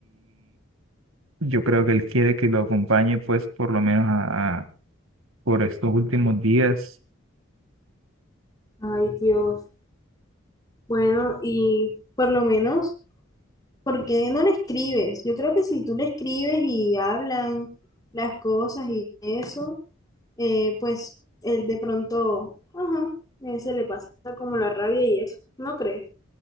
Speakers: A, on the right; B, on the left.
A: Yo creo que él quiere que lo acompañe, pues, por lo menos a, a- por estos últimos días.
B: Ay, Dios. Bueno, y por lo menos ¿Por qué no le escribes? Yo creo que si tú le escribes y hablan las cosas y eso, eh, pues él de pronto, ajá, él se le pasa como la rabia y eso, ¿no crees?